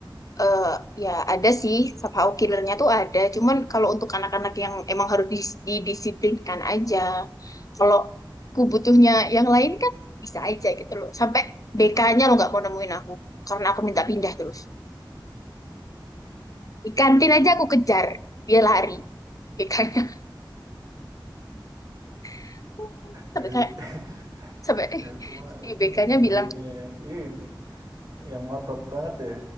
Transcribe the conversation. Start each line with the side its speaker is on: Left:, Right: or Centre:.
Left: eh ya ada sih somehow killernya tuh ada cuman kalau untuk anak-anak yang emang harus dis- didisiplinkan aja kalau aku butuhnya yang lain kan bisa aja gitu loh sampai BK-nya lo nggak mau nemuin aku karena aku minta pindah terus di kantin aja aku kejar dia lari BK-nya <laughs> sampai
Right: Itu
Left: kayak
Right: <laughs>
Left: sampai
Right: itu mah
Left: <laughs> si BK-nya
Right: muridnya
Left: bilang
Right: yang ini, yang ngotot banget ya.